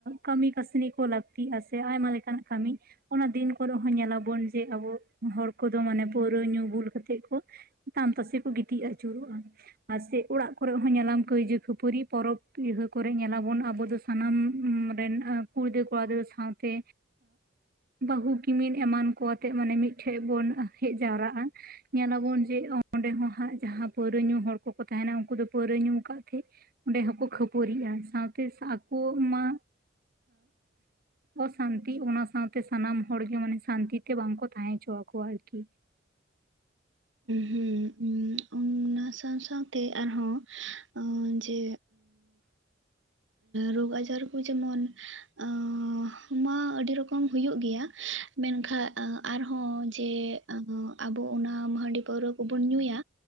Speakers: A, on the right; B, on the right.
A: ᱠᱟᱹᱢᱤ ᱠᱟᱹᱥᱱᱤ ᱠᱚ ᱞᱟᱹᱠ ᱛᱤᱜ-ᱟ ᱥᱮ ᱟᱭᱢᱟ ᱞᱮᱠᱟᱱᱟᱜ ᱠᱟᱹᱢᱤ ᱚᱱᱟ ᱫᱤᱱ ᱠᱚᱨᱮ ᱦᱚᱸ ᱧᱮᱞᱟᱵᱚᱱ ᱡᱮ ᱟᱵᱚ ᱦᱚᱲ ᱠᱚᱫᱚ ᱢᱟᱱᱮ ᱯᱟᱹᱣᱨᱟᱹ ᱧᱩ ᱵᱩᱞ ᱠᱟ ᱠᱟᱛᱮᱜ ᱠᱚ ᱛᱟᱢ ᱛᱟᱥᱮ ᱠᱚ ᱜᱤᱛᱤᱡ ᱟᱹᱪᱩᱨᱚᱜ-ᱟ ᱟᱨ ᱥᱮ ᱚᱲᱟᱜ ᱠᱚᱨᱮᱜ ᱦᱚᱸ ᱧᱮᱞᱟᱢ ᱠᱟᱹᱭᱡᱟᱹ ᱠᱷᱟᱹᱯᱟᱹᱨᱤ ᱯᱚᱨᱚᱵ ᱦᱟᱹ ᱠᱚᱨᱮᱜ ᱧᱮᱞᱟᱵᱚᱱ ᱟᱵᱚ ᱥᱟᱱᱟᱢ ᱨᱮᱱ ᱠᱩᱲᱤ ᱜᱤᱫᱽᱨᱟᱹ ᱠᱚᱲᱟ ᱜᱤᱫᱽᱨᱟᱹ ᱥᱟᱶᱛᱮ ᱵᱟᱹᱦᱩ ᱠᱤᱢᱤᱱ ᱮᱢᱟᱱ ᱠᱚ ᱟᱛᱮᱜ ᱢᱟᱱᱮ ᱢᱤᱫᱴᱷᱮᱡ ᱵᱚᱱ ᱦᱮᱡ ᱡᱟᱣᱨᱟᱜ-ᱟ ᱧᱮᱞᱟᱵᱚᱱ ᱡᱮ ᱚᱸᱰᱮ ᱦᱚᱸ ᱦᱟᱸᱜ ᱡᱟᱦᱟᱸ ᱯᱟᱹᱣᱨᱟᱹ ᱧᱩ ᱦᱚᱲ ᱠᱚᱠᱚ ᱛᱟᱦᱮᱱᱟ ᱩᱱᱠᱩ ᱫᱚ ᱯᱟᱹᱣᱨᱟᱹ ᱧᱩ ᱟᱠᱟᱫ ᱛᱟᱦᱮᱸ ᱚᱸᱰᱮ ᱦᱚᱸᱠᱚ ᱠᱷᱟᱹᱯᱟᱹᱨᱤᱜ-ᱟ ᱥᱟᱶᱛᱮ ᱟᱠᱚ ᱢᱟ ᱚᱥᱟᱱᱛᱤ ᱚᱱᱟ ᱥᱟᱶᱛᱮ ᱥᱟᱱᱟᱢ ᱦᱚᱲᱜᱮ ᱢᱟᱱᱮ ᱥᱟᱱᱛᱤ ᱛᱮ ᱵᱟᱝᱠᱚ ᱛᱟᱦᱮᱸ ᱦᱚᱪᱚ ᱟᱠᱚᱣᱟ ᱟᱨᱠᱤ
B: ᱦᱩᱸ ᱚᱱᱟ ᱥᱟᱶ ᱥᱟᱶᱛᱮ ᱟᱨᱦᱚᱸ ᱡᱮ ᱨᱳᱜ ᱟᱡᱟᱨ ᱠᱚ ᱡᱮᱢᱚᱱ ᱟᱸᱻ ᱢᱟ ᱟᱹᱰᱤ ᱨᱚᱠᱚᱢ ᱦᱩᱭᱩᱜ ᱜᱮᱭᱟ ᱢᱮᱱᱠᱷᱟᱱ ᱟᱨᱦᱚᱸ ᱡᱮ ᱟᱵᱚ ᱚᱱᱟ ᱦᱟᱺᱰᱤ ᱯᱟᱹᱣᱨᱟᱹ ᱠᱚᱵᱚᱱ ᱧᱩᱭᱟ